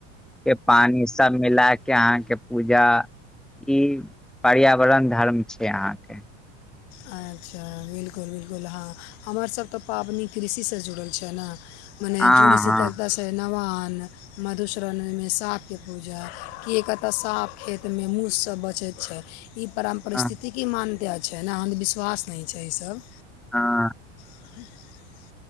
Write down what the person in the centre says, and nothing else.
के पानि सब मिला के अहां के पूजा ई पर्यावरण धर्म छै अहां के
हँ
हँ
हँ
हँ